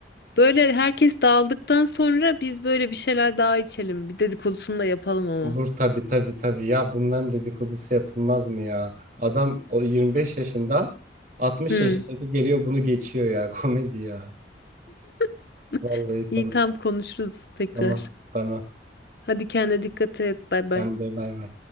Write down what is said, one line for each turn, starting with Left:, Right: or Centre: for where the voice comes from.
Left: Böyle herkes dağıldıktan sonra biz böyle bir şeyler daha içelim. Bir dedikodusunu da yapalım ama.
Right: Olur tabii tabii tabii ya bunların dedikodusu yapılmaz mı ya? Adam o 25 yaşında 60
Left: Hı.
Right: Hı. yaşındaki geliyor bunu geçiyor ya <laughs> komedi ya.
Left: <laughs>
Right: Vallahi komedi.
Left: İyi tam konuşuruz tekrar.
Right: Tamam tamam.
Left: Hadi kendine dikkat et. Bay bay.
Right: Ben de bay bay.